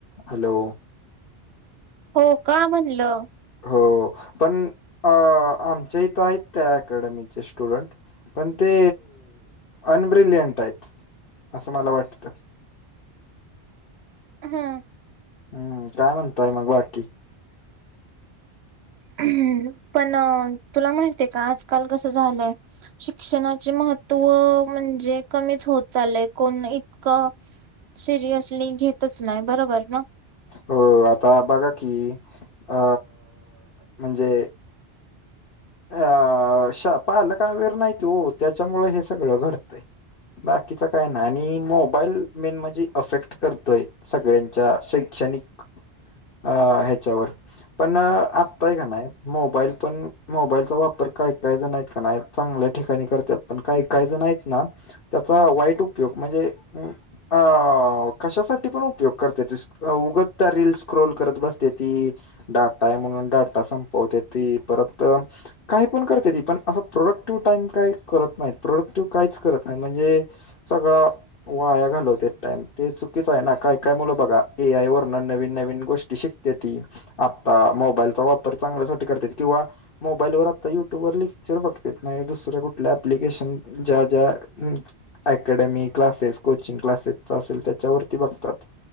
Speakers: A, on the left; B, on the right.
A: हॅलो
B: हो का म्हणलं
A: हो पण आमच्या इथ आहेत त्या अकॅडमीचे स्टुडंट पण ते अनब्रिलियंट आहेत असं मला वाटतं.
B: हा
A: हम्म काय म्हणताय मग बाकी?
B: ह् पण तुला माहितीय का आजकाल कसं झालंय शिक्षणाचे महत्त्व म्हणजे कमीच होत चालय कोण इतकं सिरियसली घेतच नाही बरोबर ना.
A: हो आता बघा की अ म्हणजे अ श पालक वर नाहीत हो त्याच्यामुळ हे सगळं घडतंय बाकीचा काय ना आणि मोबाईल मेन म्हणजे अफेक्ट करतोय सगळ्यांच्या शैक्षणिक अ ह्याच्यावर पण आत्ताय का नाही मोबाईल पण मोबाईलचा वापर काही काही जण आहेत का नाही चांगल्या ठिकाणी करतात पण काही काही जण आहेत ना त्याचा वाईट उपयोग म्हणजे अ कशासाठी पण उपयोग करत्याती उगाच त्या रिल्स स्क्रोल करत बस्त्याती डाटा आहे म्हणून डाटा संपवते ती परत काही पण करते ती पण असं प्रोडक्टिव्ह टाइम काय करत नाहीत, प्रोडक्टिव्ह काहीच करत नाही म्हणजे सगळं वा आया घालवते टाइम ते चुकीच आहे ना काय काय मुलं बघा ए आय वरन नवीन नवीन गोष्टी शिक ते ती आता मोबाईलचा वापर चांगल्यासाठी करते किंवा मोबाईलवर आता युट्यूबवरर लेक्चर बघत नाही दुसऱ्या कुठल्या एप्लीकेशन ज्या ज्या अकॅडमी क्लासेस कोचिंग क्लासेस असेल त्याच्यावरती बघतात